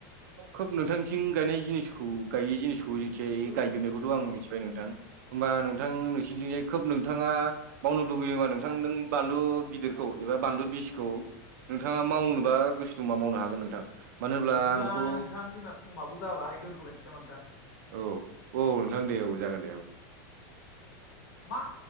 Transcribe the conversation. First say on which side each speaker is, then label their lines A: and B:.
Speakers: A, on the right; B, on the left.
A: खोब नोंथांथिं गायनाय जिनिसखौ गायि जिनिसखौ <unintelligible>
B: औ
A: गायजोबनायखौथ' आं मिथिबाय नोंथां होमबा नोंथां नोंसिनिथिंजाय खोब नोंथाङा मावनो लुुबैदोंबा नोंथां नों बानलु गिदिरखौ एबा बानलु बिसखौ नोंथांङा मावनोबा गोसो दंबा मावनो हागोन नोंथां मानो
B: अ
A: होनब्ला
B: बिदिब्ला
A: आंथ'
B: नोंथां जोंना समाबो जाबाय दोनथ' लायसै नामा नोंथां?
A: औ औ नोंथां दे औ जागोन दे औ।
B: मा